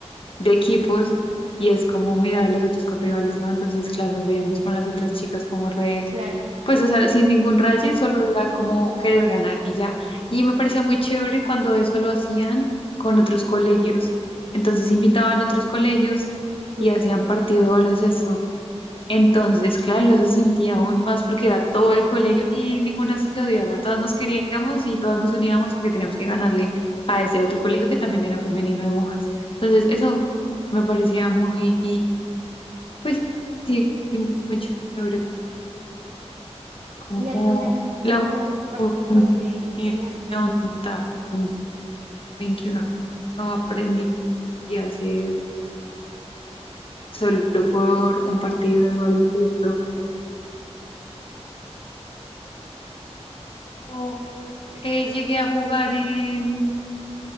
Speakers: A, on the left (about 50°); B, on the right (about 65°).
A: de equipos y es como mirar a los otros con rivales, ¿no? Entonces, claro, nos veíamos con las otras chicas como re,
B: Claro,
A: pues, o sea, sin ningún raye, solo era como querer ganar y ya. Y me parecía muy chévere cuando eso lo hacían con otros colegios. Entonces, invitaban a otros colegios
B: súper.
A: y hacían partido de baloncesto. Entonces, claro, eso se sentía aún más porque era todo
B: <laughs>
A: el colegio y ninguna se odiaba, todas nos queríamos y todas nos uníamos porque teníamos que ganarle a ese otro colegio que también era femenino de monjas. Entonces, eso me parecía muy, pues sí, muy chévere, como
B: ¿Y alguna,
A: la
B: alguna vez participaste
A: unión
B: en algún...
A: también que uno no aprendía a hacer solo por un partido de baloncesto. Yo, eh, llegué a jugar en